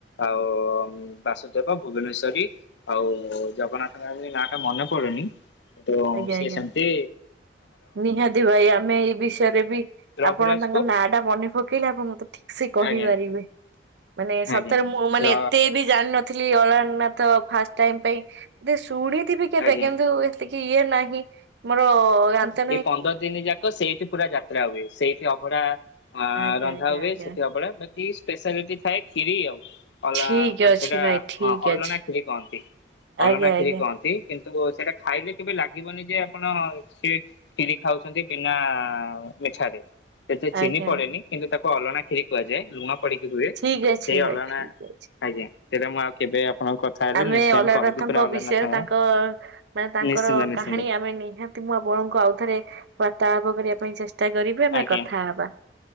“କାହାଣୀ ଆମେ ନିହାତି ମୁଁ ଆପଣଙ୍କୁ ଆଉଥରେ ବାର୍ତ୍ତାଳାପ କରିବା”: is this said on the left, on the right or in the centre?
Right